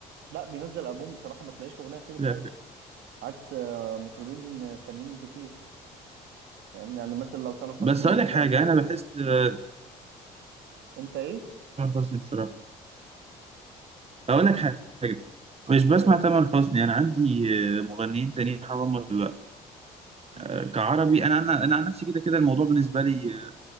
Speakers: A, on the right; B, on the right.
A: لا بينزل ألبوم بصراحة ما تلاقيش أغنية فيه بتخيش
B: لا
A: عكس آه، مطربين آه، تانيين كتير فاهمني؟ يعني مثلا لو تامر حسني
B: بس اقول
A: منزل
B: لك حاجة
A: ألبوم
B: انا بحس تامر
A: أنت إيه؟
B: حسني بصراحة اقول لك حاجة مش
A: قول
B: بسمع
A: يا باشا
B: تامر حسني انا عندي آه، مغنيين تانيين هم بقى. آه،
A: ماشي
B: كعربي انا انا انا عن نفسي كده كده الموضوع بالنسبه لي آه،